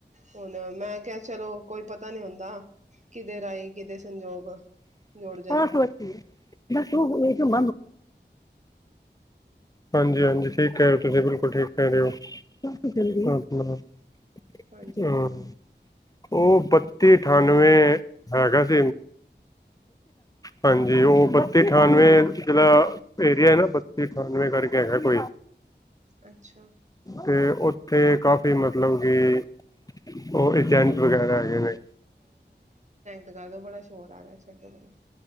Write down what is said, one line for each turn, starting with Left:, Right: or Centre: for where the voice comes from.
Right: ਹੁਨ ਮੈਂ ਕਿਹਾ ਚਲੋ। ਕੋਈ ਪਤਾ ਨੀ ਹੁੰਦਾ। ਕਿਦੇ ਰਾਹੀ ਕਿਦੇ ਸੰਜੋਗ।
Left: <unintelligible>
Right: ਜੁੜ ਜਾਣ
Left: ਬਸ ਓਹ ਇਕ <unintelligible> ਹਾਂਜੀ-ਹਾਂਜੀ ਠੀਕ ਕਹਿ ਰਹੇ ਹੋ ਤੁਸੀ ਬਿਲਕੁਲ ਠੀਕ ਕਹਿ ਰਹੇ ਹੋ। <unintelligible>
Right: ਹਾਂਜੀ
Left: ਉਹ ਬੱਤੀ ਅਠਾਨਵੇਂ ਹੈਗਾ <unintelligible> <unintelligible> ਹਾਂਜੀ ਉਹ ਬੱਤੀ ਅਠਾਨਵੇਂ ਜਿਹਦਾ ਏਰੀਆ ਹੈ ਨਾ ਬੱਤੀ ਅਠਾਨਵੇਂ ਕਰਕੇ ਹੈਗਾ ਐ ਕੋਈ।
Right: ਅੱਛਾ
Left: ਤੇ ਓੱਥੇ ਕਾਫੀ ਮਤਲਬ ਕਿ ਉਹ ਏਜੇਂਟ ਵਗੈਰਾ ਹੈਗੇ ਨੇਂ।
Right: ਅੱਜ ਗੱਲ੍ਹ ਤੋਂ ਬੜਾ ਸ਼ੋਰ ਆ ਰਿਹਾ ਛੱਡੋ ਬੜ